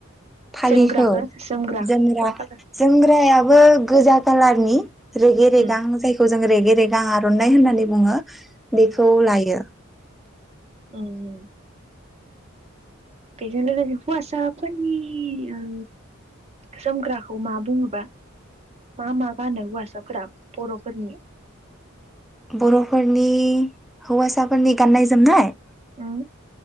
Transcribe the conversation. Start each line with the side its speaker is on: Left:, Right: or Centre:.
Centre: फालिखौ
Right: जोमग्राखो जोमग्राखो
Centre: जोमग्रा
Right: मा कालार
Centre: जोमग्रायाबो गोजा कालारनि रेगे
Right: उम
Centre: रेगां जायखौ जों रेगे रेगां आर'नाइ होननानै बुङो। बेखौ लायो।
Right: उम उम बेजोंनो <unintelligible> हौवासाफोरनि उम जोमग्राखौ मा बुङोबा मा मा गानो हौवासाफोरा बर'फोरनि?
Centre: बर'फोरनि हौवासाफोरनि गाननाय जोमनाय?
Right: उम